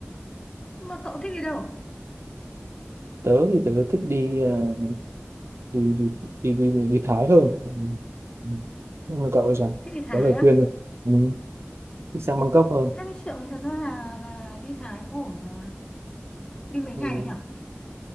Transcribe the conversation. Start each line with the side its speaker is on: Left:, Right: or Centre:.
Left: nhưng mà cậu thích đi đâu
Right: tớ thì tớ thích đi ờ, đi đi đi đi, đi Thái hơn ừ. Ừ. Nhưng mà cậu ấy rằng
Left: thích đi Thái
Right: có lời
Left: á
Right: khuyên rồi ừ. đi sang Bangkok hơn
Left: hai mươi triệu thì thật ra là là đi Thái cũng ổn mà đi mấy
Right: Ừ.
Left: ngày
Right: đúng.
Left: nhỉ